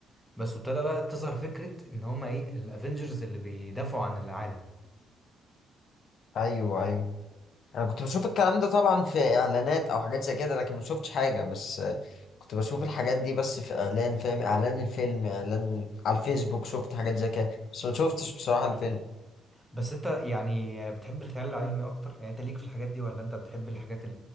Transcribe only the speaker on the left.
ايوه ايوه انا كنت بشوف الكلام ده طبعا في اعلانات او حاجات زي كده لكن ما شفتش حاجه بس آه، كنت بشوف الحاجات دي بس في اعلان فاهم اعلان الفيلم اعلان على الفيسبوك شفت حاجات زي كده بس ما شفتش بصراحه الفيلم